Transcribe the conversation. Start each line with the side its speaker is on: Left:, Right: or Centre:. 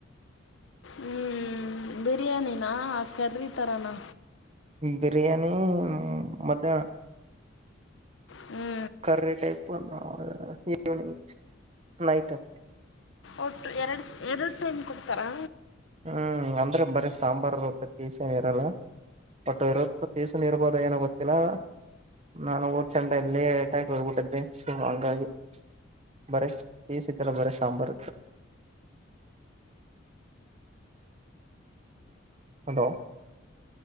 Left: ಹ್ಞ ಬಿರಿಯಾನಿನಾ ಕರ್ರಿ ತರನಾ?
Right: ಬಿರಿಯಾನಿ ಮಧ್ಯಾಹ್ನ
Left: ಹ್ಞೂ
Right: ಕರ್ರಿ ಟೈಪ್, ಈವ್ನಿಂಗ್ ನೈಟು.
Left: ಒಟ್ಟು ಎರಡು ಎರಡು ಟೈಮ್ ಕೊಡ್ತಾರಾ.
Right: ಹ್ಮ್ ಅಂದ್ರೆ ಬರಿ ಸಾಂಬಾರಿರ್ತ್ತ ಪೀಸೇನ್ ಇರಲ್ಲ. ಬಟ್ ಇವೊತ್ತು ಪೀಸೇನ್ ಇರ್ಬೋದು ಏನೋ ಗೊತ್ತಿಲ್ಲಾ. ನಾನು ಹೋದ್ ಸಂಡೇ ಲೇಟಾಗ್ ಹೋಗ್ಬಿಟ್ಟದ್ದೆ ಸ ಹಂಗಾಗಿ. ಬರೆ ಪೀಸ್ ಇದ್ದೆಲ್ಲ ಬರೀ ಸಾಂಬಾರು. ಹಲೋ